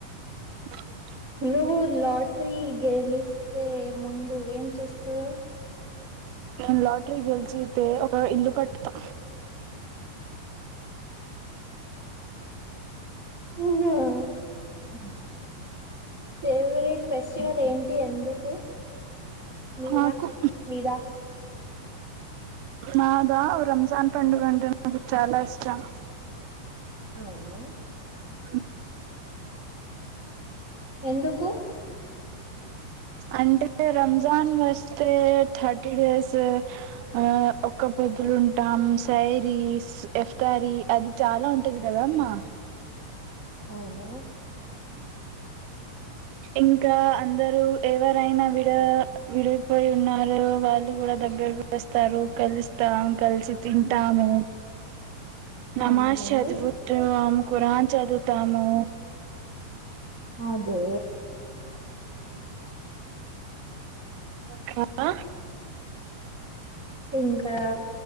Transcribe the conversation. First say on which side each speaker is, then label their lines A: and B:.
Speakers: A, on the right; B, on the right.
A: హలో.
B: నువ్వు లాటరీ గెలిస్తే ముందు ఏం చేస్త్రరు.
A: నేను లాట్రీ గెల్చితే ఒక ఇల్లు కడతా
B: ఆహా. ఉమ్ మీ ఫేవరెట్ ఫెస్టివల్ ఏంటి ఎందుకు. మీరా
A: నాకు
B: మీద.
A: నాదా రంజాన్ పండుగంటే నాకు చాలా ఇష్టం.
B: అవునా.
A: ఉమ్.
B: ఎందుకు.
A: అంటే రంజాన్ వస్తే థర్టీ డేస్ ఆహ్ ఒక పో. పొద్దులు ఉంటాం సైరీస్ ఎఫ్తారీ అది చాలా ఉంటది కదా అమ్మా.
B: అవునా.
A: ఇంకా అందరు ఎవరైనా విడ విడిపోయి ఉన్నారు వాళ్ళు కూడా దగ్గర. వస్తారు కలుస్తాం కలిసి తింటాము. నమాజ్
B: అవును కదే
A: చదువుతము కురాన్ చదువుతాము.
B: అదే.
A: హలో.
B: ఇంకా.